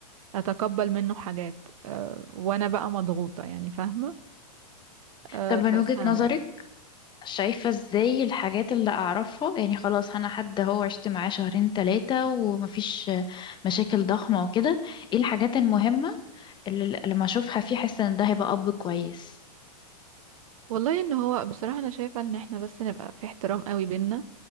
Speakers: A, on the right; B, on the left.
A: اتقبل منه حاجات أه وانا بقى مضغوطه يعني فاهمه أه
B: طب من
A: فسنه
B: وجهة نظرك شايفة ازاي الحاجات اللي اعرفها يعني خلاص انا حد هو عشت معاه شهرين ثلاثة ومفيش مشاكل ضخمة وكده ايه الحاجات المهمة اللي لما اشوفها فيه احس ان ده هيبقى اب كويس
A: والله ان هو بصراحه انا شايفه ان احنا بس نبقى في احترام قوي بينا